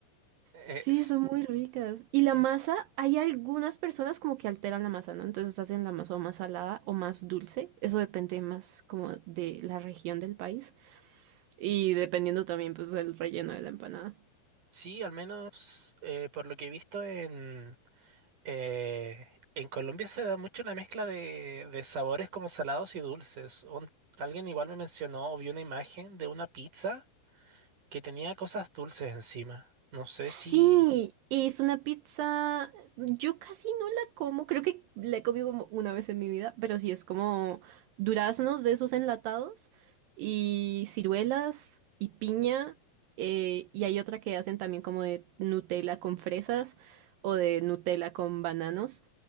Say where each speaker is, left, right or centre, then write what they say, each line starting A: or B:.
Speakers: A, on the right (about 50°); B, on the right (about 75°).
A: Eh,
B: Sí,
A: s-
B: son muy ricas. Y la masa, hay algunas personas como que alteran la masa, ¿no? Entonces hacen la masa o más salada o más dulce. Eso depende más como de la región del país y dependiendo también pues del relleno de la empanada.
A: sí, al menos eh, por lo que he visto en, eh, en Colombia se da mucho la mezcla de, de sabores como salados y dulces. Un- alguien igual me mencionó o vi una imagen de una pizza que tenía cosas dulces encima. No sé
B: Sí,
A: si...
B: es una pizza. Yo casi no la como, creo que la he comido como una vez en mi vida, pero sí es como duraznos de esos enlatados y ciruelas y piña. eh, y hay otra que hacen también como de Nutella con fresas o de Nutella con bananos.